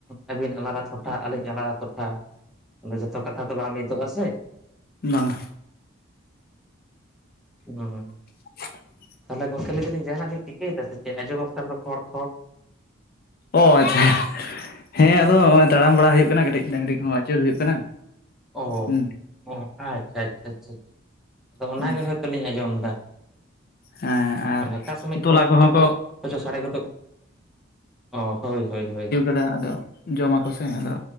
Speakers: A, in the centre; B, on the left.
A: ᱟᱹᱵᱤᱱ ᱟᱞᱟᱫᱟ, ᱟᱹᱞᱤᱧ ᱚᱱᱟ ᱴᱚᱴᱷᱟ ᱡᱚᱛᱚ ᱠᱟᱛᱷᱟ ᱫᱚ ᱵᱟᱝ ᱢᱤᱫᱚᱜᱼᱟ ᱥᱮ,
B: ᱵᱟᱝᱟ
A: ᱦᱳᱭ
B: <unintelligible>
A: ᱛᱟᱦᱚᱞᱮ ᱜᱚᱢᱠᱮ ᱞᱟᱹᱭ ᱫᱟᱞᱤᱧ ᱡᱟᱦᱟᱱᱟᱜ ᱵᱤᱱ ᱪᱤᱠᱟᱹᱭᱮᱫᱟ ᱥᱮ ᱪᱮᱫ ᱟᱸᱡᱚᱢᱚᱜ ᱠᱟᱱ ᱫᱚ ᱠᱷᱚᱲ ᱠᱷᱚᱲ
B: ᱚ ᱟᱪᱪᱷᱟ ᱦᱮᱸ ᱟᱫᱚ ᱱᱚᱜᱚᱭ ᱛᱟᱲᱟᱢ ᱵᱟᱲᱟ ᱦᱩᱭᱩᱜ ᱠᱟᱱᱟ ᱠᱟᱹᱴᱤᱡ ᱰᱟᱹᱝᱨᱤ ᱠᱚᱦᱚᱸ ᱟᱹᱪᱩᱨ ᱦᱩᱭᱩᱜ ᱠᱟᱱᱟ᱾
A: ᱚ
B: ᱦᱩᱸ
A: ᱟᱪᱪᱷᱟ ᱟᱪᱪᱷᱟ ᱪᱷᱟ ᱪᱷᱟ ᱟᱫᱚ ᱚᱱᱟᱜᱮ
B: ᱦᱩᱸ
A: ᱦᱚᱭᱛᱚ ᱞᱤᱧ ᱟᱸᱡᱚᱢ ᱮᱫᱟ᱾
B: ᱦᱮᱸ ᱟᱨ
A: ᱮ ᱚᱠᱟ ᱥᱚᱢᱚᱭ
B: ᱛᱚᱞᱟ
A: ᱠᱷᱚᱲᱚ
B: ᱠᱚᱦᱚᱸ
A: ᱦᱚᱪᱚᱲᱚ
B: ᱠᱚ
A: ᱦᱚᱪᱚ ᱥᱟᱰᱮ ᱜᱚᱫᱚᱜ ᱚ ᱦᱳᱭ ᱦᱳᱭ ᱦᱳᱭ
B: ᱫᱟ ᱟᱫᱚ ᱡᱚᱢᱟᱠᱚ ᱥᱮ ᱟᱫᱚ